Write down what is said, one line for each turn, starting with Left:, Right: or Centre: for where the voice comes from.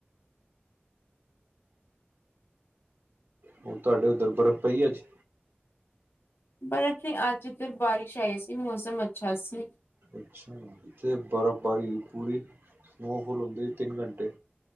Right: ਹੁ, ਤੁਹਾਡੇ ਉੱਧਰ ਬਰਫ਼ ਪਈ ਅੱਜ।
Left: ਬਰਫ ਨਹੀਂ, ਅੱਜ ਇੱਧਰ ਬਾਰਿਸ਼ ਆਈ ਸੀ, ਮੌਸਮ ਅੱਛਾ ਸੀ।
Right: ਅੱ ਇਥੇ ਬਰਫ਼ਬਾਰੀ ਪੂਰੀ ਸਨੋਫਾਲ ਹੁੰਦੀ, ਤਿੰਨ ਘੰਟੇ